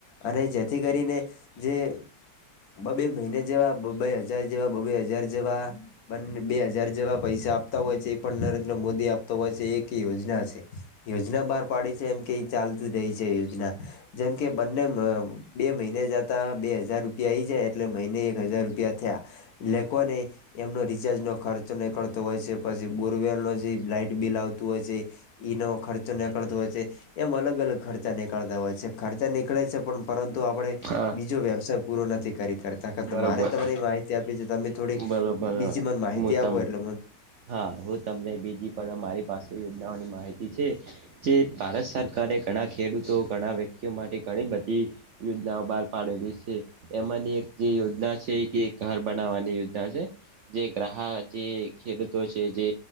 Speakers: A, on the left; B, on the right.
A: અને જેથી કરીને જે બ બે મહિને જેવા બ બે હજાર જેવા બ બે હજાર જેવા બંને બે હજાર જેવા પૈસા આપતા હોય છે એ પન નરેન્દ્ર મોદી આપતો હોય છે એક એ યોજના છે. યોજના બાર પાડી છે એમ કઈ ચાલતું રહી છે યોજના. જેમ કે બંને મ બે મહિને જતા બે હજાર રૂપિયા આઈ જાય એટલે મહિને હજાર રૂપિયા થયા લેકોને એમનો રિચાર્જનો ખર્ચો નીકળતો હોય છે. પછી બોરવેલ નો જે લાાઈટ બિલ આવતું હોય છે. એ નો ખર્ચો નીકરતો હોય છે. એમ અલગ અલગ ખર્ચા નીકળતા હોય છે ખર્ચા નીકળે છે પણ પરંતુ આપણે
B: હા
A: બીજો વ્યવસાય પૂરો નથી કરી કરતા. એના કરતાં
B: બરોબર
A: મારે તમારે માહિતી આપી છે તમે થોડીક
B: બરોબર
A: બીજી મને માહિતી
B: હું
A: આપો
B: તમે
A: એટલે મન
B: હા, હુ તમને બીજી પણ મારી પાસે યોજનાવાડી માહિતી છે. જે ભારત સરકારે ઘણા ખેડૂતો ઘણા વ્યક્તિઓ માટે ઘણી બધી યોજનાઓ બાર પાડેલી છે એમાંની એક જે યોજના છે કે એક ઘર બનાવવાની યોજના છે. જે ગ્રાહા જે ખેડૂતો છે જે